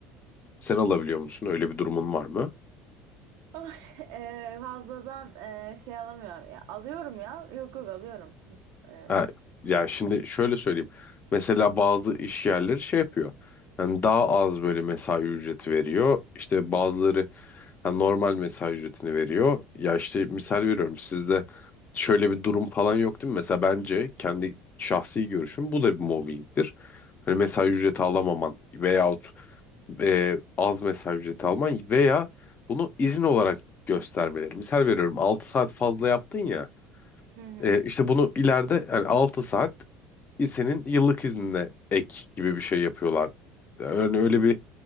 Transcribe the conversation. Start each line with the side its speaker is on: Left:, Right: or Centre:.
Left: Sen alabiliyor musun? Öyle bir durumun var mı?
Right: Oh, eee, fazladan eee, şey alamıyorum ya. Alıyorum ya. Yok yok alıyorum. Eee,
Left: Ha, ya şimdi şöyle söyleyeyim. Mesela bazı iş yerleri şey yapıyor. Yani daha az böyle mesai ücreti veriyor. İşte bazıları hani normal mesai ücretini veriyor. Ya işte misal veriyorum sizde şöyle bir durum falan yok değil mi? Mesela bence kendi şahsi görüşüm bu da bir mobbingdir. Hani mesai ücreti alamaman veyahut e, az mesai ücreti alman veya bunu izin olarak göstermeleri. Misal veriyorum 6 saat fazla yaptın ya.
Right: Hı hı.
Left: E, işte bunu ileride yani 6 saat senin yıllık iznine ek gibi bir şey yapıyorlar. Yani öyle bir